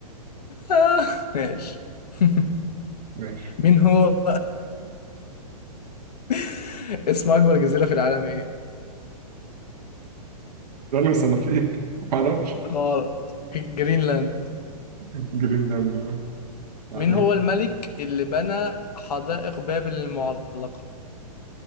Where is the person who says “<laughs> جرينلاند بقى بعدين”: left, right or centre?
Right